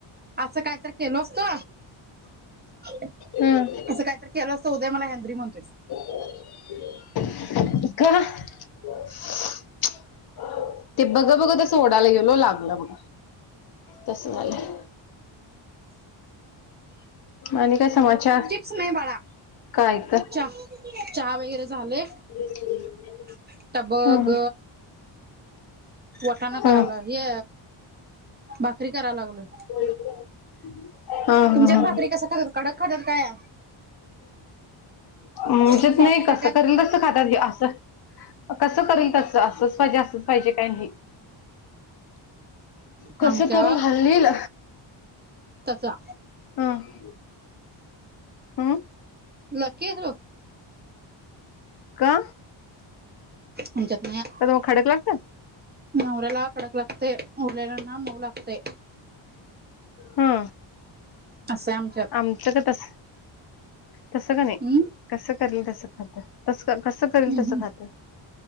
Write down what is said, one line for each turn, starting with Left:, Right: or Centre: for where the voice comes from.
Right: असं काहीतरी केलो असतो, असं
Left: हम्म
Right: काहीतरी केल अस तो उदय मला हेंद्री म्हणतोय.
Left: <unintelligible> ते बघ बघत असं ओढायला गेलो लागलं बघा तसं झालंय. आणि काय समाचार
Right: चिप्स नाही बाळा.
Left: काय का
Right: च्या चहा वगैरे झाले?
Left: <unintelligible>
Right: आता बघ
Left: ह
Right: वटाणा
Left: ह
Right: करायलो हे भाकरी कराय लागलोय.
Left: <unintelligible> ह
Right: तुमच्यात भाकरी कसं खात्यात? कडक खात्यात काय
Left: आमच्यात
Right: सॉफ्ट
Left: नाही कसं
Right: खात्यात?
Left: करलं तसं खात्यात बाई असं. कसं करील तसं. असंच पाहिजे, असंच पाहिजे काय नाही. कसं
Right: आमच्यात
Left: करून घालील
Right: तसा
Left: हं. अं?
Right: लकी आहेस बघ.
Left: का?
Right: आमच्यात नाही
Left: तर मग खडक लागतात
Right: नवऱ्याला कडक लागतंय. उरलेल्यांना मऊ लागतंय.
Left: हा.
Right: असं आहे आमच्यात.
Left: आमचं काय तसं तसं काय नाही.
Right: हम्म
Left: कसं करलं तसं खात्यात. तस कसं करेल
Right: हम्म
Left: तसं खात्यात.